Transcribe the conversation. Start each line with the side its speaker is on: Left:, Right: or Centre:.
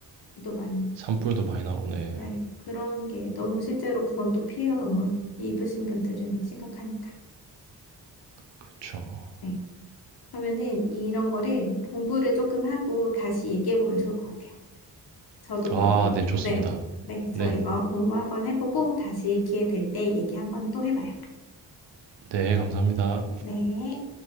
Left: 또 많이 오고.
Right: 산불도 많이 나오 네.
Left: 네. 그런 게 너무 실제로 그건 또 피해가 너무 입으신 분들은 심각하니까.
Right: 그쵸.
Left: 네. 그러면은 이런 거를 공부를 조금 하고 다시 얘기해 보면 좋을 것 같아요. 저도
Right: 아
Left: 그렇고.
Right: 네 좋습니다.
Left: 네. 네. 저
Right: 네.
Left: 이거 공부 한번 해보고 다시 기회 될 때 얘기 한번 또 해봐요.
Right: 네 감사합니다.
Left: 네.